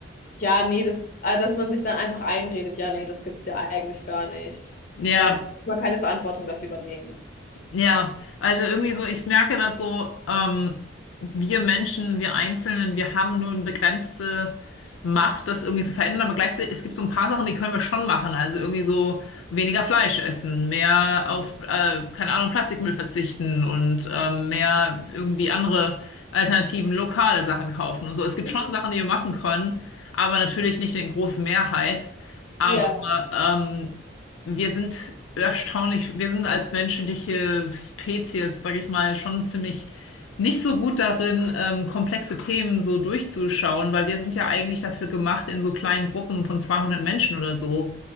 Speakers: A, on the left; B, on the left.
A: ja, nee, das, äh, dass man sich dann einfach einredet, ja, nee, das gibt's ja eigentlich gar nicht,
B: Ja,
A: weil man keine Verantwortung dafür übernehmen.
B: Ja, also irgendwie so, ich merke das so, ähm, wir Menschen, wir Einzelnen, wir haben nur eine begrenzte Macht, das irgendwie zu verändern, aber gleichzeitig, es gibt so ein paar Sachen, die können wir schon machen. Also irgendwie so weniger Fleisch essen, mehr auf, äh, keine Ahnung, Plastikmüll verzichten und ähm, mehr irgendwie andere Alternativen, lokale Sachen kaufen und so. Es gibt
A: Mhm.
B: schon Sachen, die wir machen können, aber natürlich nicht in großer Mehrheit. Aber
A: Ja,
B: ähm, wir sind erstaunlich, wir sind als menschliche Spezies, sag ich mal, schon ziemlich nicht so gut darin, ähm, komplexe Themen so durchzuschauen, weil wir sind ja eigentlich dafür gemacht, in so kleinen Gruppen von 200 Menschen oder so